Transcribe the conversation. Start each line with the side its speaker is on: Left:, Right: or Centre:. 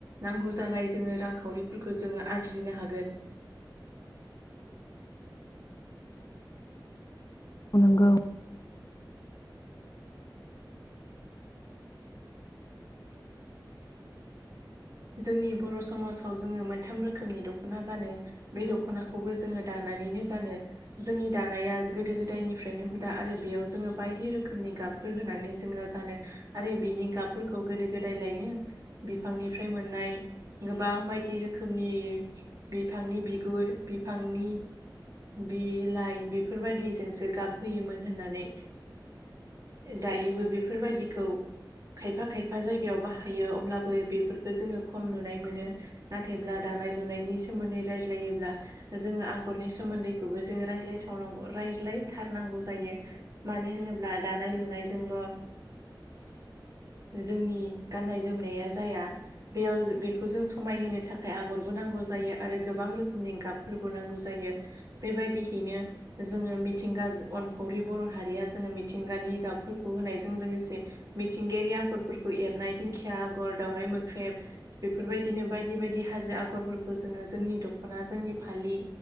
Right: नांगौ जानाय जोङो रांखावरिफोरखौ जोङो आरजिनो हायो। हागोन।
Left: <inaudible> नोंगौ।
Right: जोंनि बर' समाजाव जोङो मोनथाम रोखोमनि दख'ना गानो बे दख'नाखौबो जोङो दानो दानानै गानो जोंनि दानाया गोदो गोदायनिफ्रायनो हुदा आरो बेयाव जोङो बायदि रोखोमनि गाब होनानै जोङो गानो आरो बिनि गाबफोरखौ गोदो गोदाय लायनो बिफांनि फ्राय मोननाय गोबां बायदि रोखोमनि बिफांनि बिगुर बिफांनि बिलाइ बेफोरबायदिजोंसो गाब होयोमोन होननानै दायोबो बेफोरबायदिखौ खायफा खायफा जायगायाव बाहायो अब्लाबो बे फेबोरखौ जोङो खम नुनाय मोनो नाथायब्ला दानाय लुनायनि सोमोन्दै रायज्लायोब्ला जोङो। आगरनि सोमोन्दैखौबो जोङो रायज्लायथ' रायज्लायथारनांगौ जायो मानो होनोब्ला। दानाय लुनायजोंल'
Left: <inaudible>
Right: जोंनि गाननाय जोमनाया जाया बेयाव बेखौ जों समायहोनो थाखाय आगरबो नांगौ जायो आरो गोबां रोखोमनि गाबफोरबो नांगौ। जायो बेबायदिहैनो जोङो मिथिंगा अनफावरि बर' हारिया जोङो मिथिंगा नि गाबफोरखौ होनायजों लोगोसे मिथिंगायारि आगरफोरखौ एरनाय दिंखिया आगर, दावराय मो ख्रेब बेफोरबायदिनो बायदि बायदि हाजो आगरफोरखौ जोङो जोंनि दख'ना जोंनि फालि